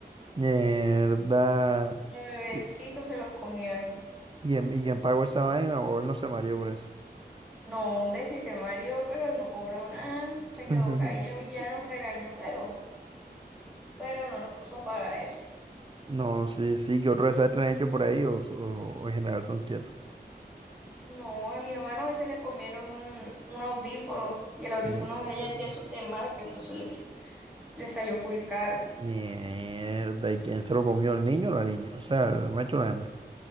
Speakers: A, on the right; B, in the centre.
A: Mierda.
B: Y al bebecito
A: ¿Y,
B: se los comieron.
A: y en- y quién pagó esa vaina o él no se mareó por eso?
B: No, hombre, sí se mareó, pero él no cobró nada.
A: <laughs>
B: Se quedó callado y ya nos regañó, pero, pero no nos puso a pagar eso.
A: No, sí, sí, ¿qué otro desastre han hecho por ahí o, so- o en general son quietos?
B: No, a mi hermana hoy se le comieron un, un audífono y el audífono
A: Mierda.
B: de ella es de esos de marca, entonces les, le salió full caro
A: Mierda. ¿Y quién se lo comió, el niño o la niña? O sea, el macho o la hembra.